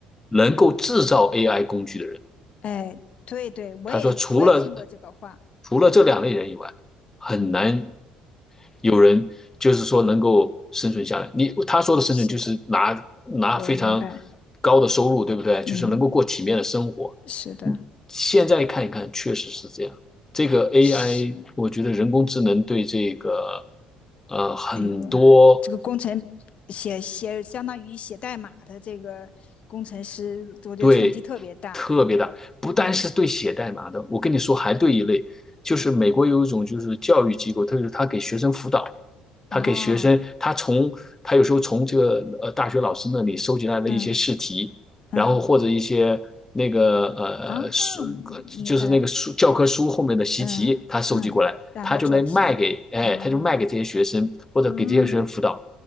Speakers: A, on the left (about 20°); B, on the left (about 55°).
A: 能够制造 AI 工具的人。
B: 哎，对对，我也我也听过这个话，
A: 他说除了除了这两类人以外，很难
B: 嗯，
A: 有人就是说能够生存下来。你他说的生存就是拿拿非常
B: 是的，我明白，
A: 高的收入，对不对？
B: 嗯，
A: 就是能够过体面的生活。
B: 是的，
A: 现在看一看，确实是这样。这个 AI，
B: 是，
A: 我觉得人工智能对这个呃很多
B: 哎呦，这个工程写写相当于写代码的这个工程师，我觉得冲击特别大，
A: 对，特别大，不单是对写代码的，
B: 嗯，
A: 我跟你说，还对一类，就是美国有一种就是教育机构，特别是他给学生辅导，
B: 哦，
A: 他给学生，他从他有时候从这个呃大学老师那里收集来的一些试题，
B: 嗯嗯
A: 然后或者一些那个呃呃书，
B: 啊，明白了，
A: 就是那个书教科书后面的习题，
B: 嗯嗯，
A: 他收集过来，
B: 让他做题啊，
A: 他就能卖给，哎，他就卖给这些学生，或者给这些学生辅导。
B: 嗯